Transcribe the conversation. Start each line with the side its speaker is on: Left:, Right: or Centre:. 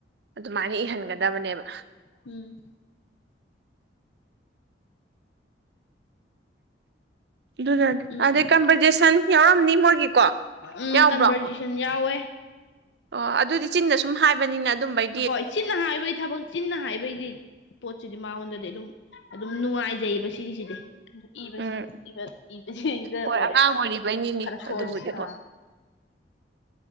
Right: ꯑꯗꯨꯃꯥꯏꯅ ꯏꯍꯟꯒꯗꯕꯅꯦꯕ꯫
Left: ꯎꯝ꯫ <unintelligible>
Right: ꯑꯗꯨꯅꯅꯦ
Left: ꯎꯝ
Right: ꯑꯗꯩ ꯀꯝꯄꯖꯤꯁꯟ ꯌꯥꯎꯔꯝꯅꯤ ꯃꯣꯏꯒꯤꯀꯣ
Left: ꯎꯝ
Right: ꯌꯥꯎꯕ꯭ꯔꯣ꯫
Left: ꯀꯟꯚꯔꯖꯦꯁꯟ ꯌꯥꯎꯋꯦ꯫
Right: ꯑꯣ ꯑꯗꯨꯗꯤ ꯆꯤꯟꯅ ꯁꯨꯝ ꯍꯥꯏꯕꯅꯤꯅ ꯑꯗꯨꯝꯕꯩ
Left: ꯍꯣꯏ ꯆꯤꯟꯅ ꯍꯥꯏꯕꯩ ꯊꯕꯛ ꯆꯤꯟꯅ ꯍꯥꯏꯕꯩꯩꯒꯩ ꯄꯣꯠꯁꯤꯗꯤ ꯃꯥꯉꯣꯟꯗꯗꯤ ꯑꯗꯨꯝ ꯑꯗꯨꯝ ꯅꯨꯡꯉꯥꯏꯖꯩꯌꯦꯕ ꯁꯤꯒꯤꯁꯤꯗꯤ꯫ ꯑꯗꯨ ꯏꯕꯁꯤ
Right: ꯎꯝ
Left: ꯏꯕ ꯏꯕꯁꯤꯗ
Right: ꯍꯣꯏ
Left: ꯑꯣꯏꯔꯦ
Right: ꯑꯉꯥꯡ
Left: ꯃꯥꯅ
Right: ꯑꯣꯏꯔꯤꯕꯩꯅꯤꯅꯦ
Left: ꯈꯔ ꯁꯣꯜꯂꯤꯁꯦ
Right: ꯑꯗꯨꯕꯨꯗꯤ ꯍꯣꯏ
Left: ꯑꯥ꯫